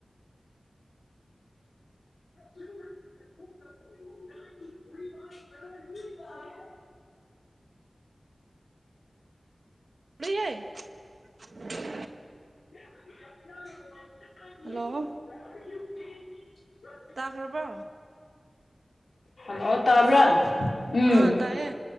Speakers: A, on the left; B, on the right.
A: <unintelligible>
B: <unintelligible>
A: <unintelligible>
B: ꯍꯜꯂꯣ
A: <unintelligible>
B: ꯇꯥꯈ꯭ꯔꯕꯣ
A: ꯍꯜꯂꯣ ꯇꯥꯕ꯭ꯔꯥ
B: ꯍꯜꯂꯣ
A: ꯎꯝ
B: ꯑꯥ ꯇꯥꯏꯌꯦ